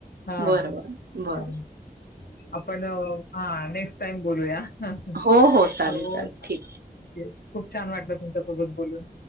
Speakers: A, on the left; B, on the right.
A: हां.
B: बरं बर बर
A: हां. आपण हा नेक्स्ट टाइम बोलूया हा ह
B: हो चालेल
A: हो
B: चालेल
A: खूप
B: ठीक.
A: छान वाटलं तुमच्यासोबत बोलून